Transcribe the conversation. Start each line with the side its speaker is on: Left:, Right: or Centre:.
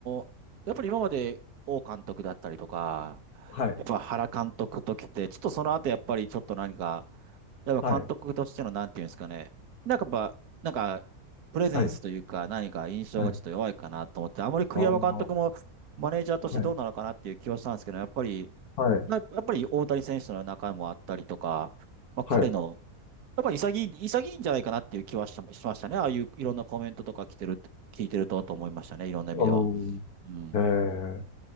Right: ーやっぱり今まで王監督だったりとか、
Left: はい。
Right: やっぱ原監督ときて、ちょっとその後やっぱりちょっと何か、やっぱ監督としてのなんていうんですかね、
Left: はい。
Right: なんかやっぱ、なんか、プレゼンスというか何か印象がちょっと弱いかなと思って、
Left: はい。はい。
Right: あまり栗山監督もマネージャーとしてどうなのかなっていう気はしたんですけど、
Left: ああ。はい。
Right: やっぱり、
Left: はい。
Right: ややっぱり大谷選手の中もあったりとか、まあ彼の
Left: はい。
Right: やっぱり潔い、潔いんじゃないかなっていう気はしましましたね。ああいういろんなコメントとか来てる、聞いてるとと思いましたね。いろんな意味では。
Left: あー
Right: うん。
Left: えー、